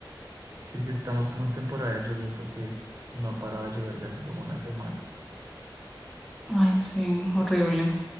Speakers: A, on the right (about 40°); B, in the centre.
A: sí es que estamos como en temporada de lluvias porque no ha parado de llover ya hace como una semana.
B: Ay, sí, horrible.